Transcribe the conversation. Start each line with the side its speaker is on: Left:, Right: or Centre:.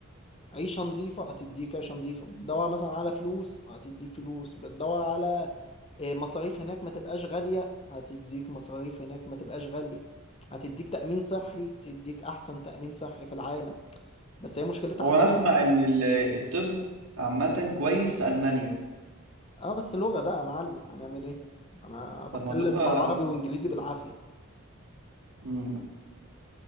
Left: عيشه نظيفه هتديك عيشه نظيفه بتدور مثلا على فلوس هتديك فلوس بتدور على آه، مصاريف هناك ما تبقاش غاليه هتديك مصاريف هناك ما تبقاش غاليه هتديك تأمين صحي تديك أحسن تأمين صحي في العالم بس هي مشكلتها
Right: وأنا
Left: حاجة
Right: أسمع إن ال- الطب عامة كويس في ألمانيا
Left: اه بس لغة بقى يا معلم هنعمل ايه انا بتكلم
Right: طب ما اللغة
Left: مع عربي وانجليزي بالعافية
Right: مم،